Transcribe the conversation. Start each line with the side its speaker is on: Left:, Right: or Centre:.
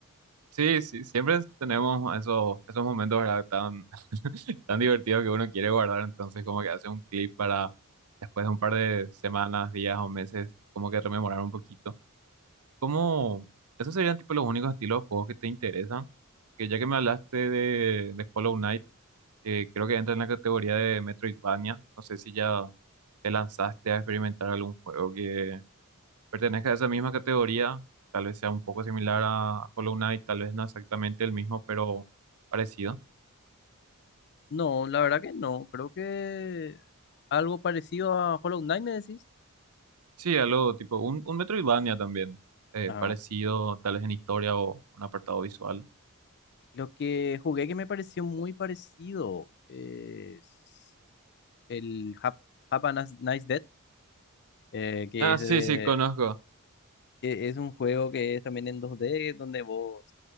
Right: Sí, sí, siempre tenemos esos, esos momentos, ¿verdad? Tan, tan divertidos que uno quiere guardar, entonces como que hace un clip para después de un par de semanas, días o meses, como que rememorar un poquito. ¿Cómo? ¿Esos serían tipo los únicos estilos de juegos que te interesan? que ya que me hablaste de, de Hollow Knight, eh, creo que entra en la categoría de Metroidvania. No sé si ya te lanzaste a experimentar algún juego que pertenezca a esa misma categoría. Tal vez sea un poco similar a a Hollow Knight, tal vez no exactamente el mismo, pero parecido.
Left: No, la verdad que no. Creo que algo parecido a Hollow Knight, me decís.
Right: Sí, algo tipo un, un Metroidvania también, eh,
Left: Ah,
Right: parecido tal vez en historia o un apartado visual.
Left: Lo que jugué que me pareció muy parecido es el Hap- Have a Nice Nice Death, eh, que
Right: Ah,
Left: es, de-
Right: sí, sí, conozco.
Left: que es un juego que es también en dos d donde vos